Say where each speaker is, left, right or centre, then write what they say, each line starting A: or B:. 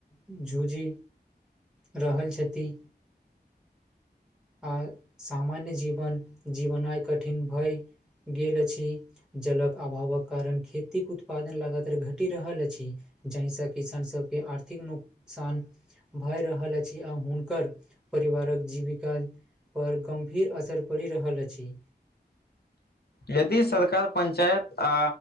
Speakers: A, in the centre; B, on the left (about 65°).
A: झूझि रहल छथि। आ सामान्य जीवन जीबनाइ कठिन भए गेल अछि। जलक अभावक कारण खेतीक उत्पादन लगातर घटि रहल अछि। जहिसँ किसान सबके आर्थिक नुकसान भए रहल अछि आ हुनकर परिवारक जीविका पर गम्भीर असर पड़ि रहल अछि।
B: यदि सरकार पंचायत आ